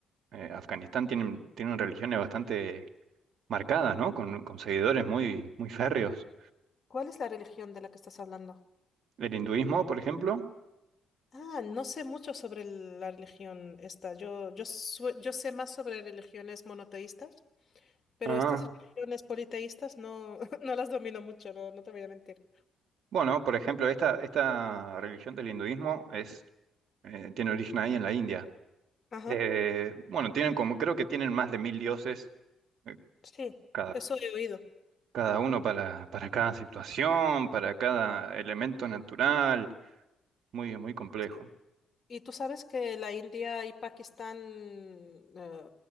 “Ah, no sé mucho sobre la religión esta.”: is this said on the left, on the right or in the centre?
Left